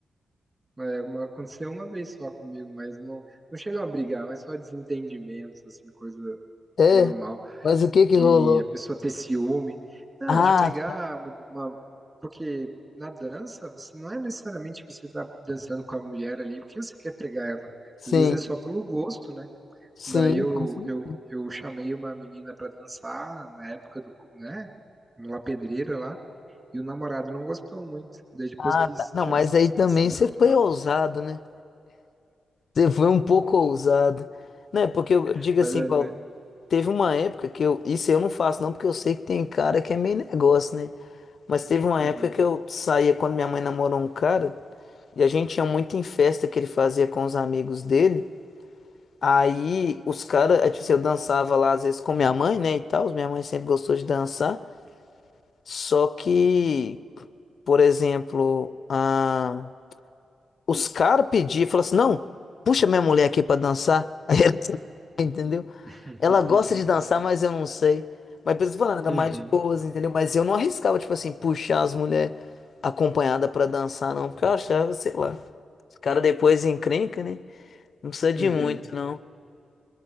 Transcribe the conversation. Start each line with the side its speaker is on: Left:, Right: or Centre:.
Right: É, uma, aconteceu uma vez só comigo, mas não, não chegam a brigar, mas só desentendimentos, assim, coisa
Left: É,
Right: normal,
Left: mas o que que
Right: de
Left: rolou?
Right: a pessoa ter ciúme. Não,
Left: Ah,
Right: de pegar
Left: tá.
Right: uma. Porque na dança, você não é necessariamente que você tá dançando com a mulher ali, porque você quer pegar ela.
Left: sim,
Right: Às vezes é só pelo gosto, né?
Left: sim,
Right: Daí eu,
Left: com certeza.
Right: eu, eu chamei uma menina pra dançar na época do, cu- né? Na pedreira lá. E o namorado não gostou muito. Daí depois
Left: Ah,
Right: quis
Left: tá. Não,
Right: tirar
Left: mas
Right: satisfação
Left: aí também você foi
Right: e tal.
Left: ousado, né? Você foi um pouco ousado. Né? Porque eu eu digo
Right: Mas,
Left: assim,
Right: é,
Left: igual,
Right: né?
Left: teve uma época que eu. Isso eu não faço, não, porque eu sei que tem cara que é meio negócio, né? Mas teve uma
Right: Uhum.
Left: época que eu saía quando minha mãe namorou um cara, e a gente ia muito em festa que ele fazia com os amigos dele. Aí os caras, é, tipo assim, eu dançava lá às vezes com minha mãe, né, e tal, minha mãe sempre gostou de dançar, só que, por exemplo, ah, os caras pediam, falaram assim, não, puxa minha mulher aqui pra dançar, <laughs> aí ela, entendeu?
Right: <laughs>
Left: Ela gosta de dançar, mas eu não sei. Mas por isso que eu tô falando, era
Right: Uhum.
Left: mais de boas, entendeu? Mas eu não arriscava, tipo assim, puxar as mulheres acompanhadas pra dançar, não, porque eu achava, sei lá, os caras depois encrenca, né, não precisa de
Right: Uhum.
Left: muito, não.